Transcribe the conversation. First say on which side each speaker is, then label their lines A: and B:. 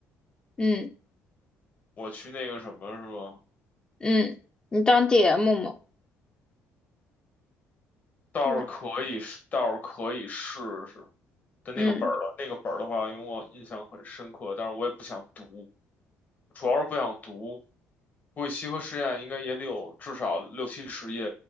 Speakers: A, on the left; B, on the left.
A: 嗯
B: 我去那个什么是吧？
A: 嗯，你当 DM 嘛？
B: 倒是可以试倒是可以试试。
A: 对，
B: 但那个本儿了，
A: 嗯，
B: 那个本儿的话，因为我印象很深刻，但是我也不想读。主要是不想读。估计西河实验应该也得有至少六七十页